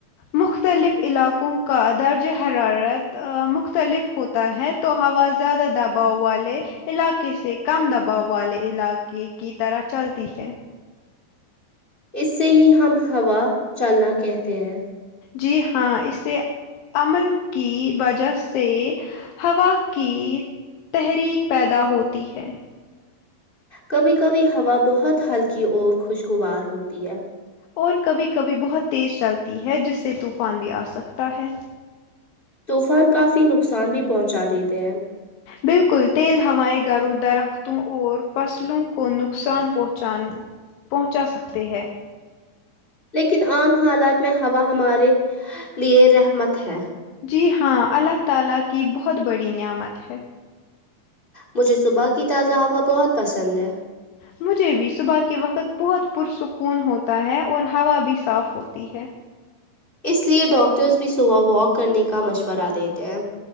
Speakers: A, on the left; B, on the left.
A: مختلف علاقوں کا درجہ حرارت مختلف ہو ہوتا ہے تو ہوا زیادہ دباؤ والے علاقے سے کم دباؤ والے علاقے کی طرح چلتی ہے
B: اس سے ہی ہم ہوا چلنا کہتے ہیں
A: جی ہاں اسے عمل کی وجہ سے ہوا کی تحریک پیدا ہوتی ہے
B: کبھی کبھی ہوا بہت ہلکی اور خوشگوار ہوتی ہے
A: اور کبھی کبھی بہت تیز چلتی ہے جس سے طوفان بھی آ سکتا ہے
B: طوفان کافی نقصان بھی پہنچا دیتے ہیں
A: بالکل تیز ہوائ گھروں درختوں اور فصلوں کو نقصان پہنچان پہنچا سکتے ہیں
B: لیکن عام حالات میں ہوا ہمارے لیے رحمت ہے
A: جی ہاں اللہ تعالی کی بہت بڑی نعمت ہے
B: مجھے صبح کی تازہ ہوا بہت پسند ہے
A: مجھے بھی صبح کے وقت بہت پرسکون ہوتا ہے اور ہوا بھی صاف ہوتی ہے
B: اس لیے ڈاکٹرز بھی صبح واک کرنے کا مشورہ دیتے ہیں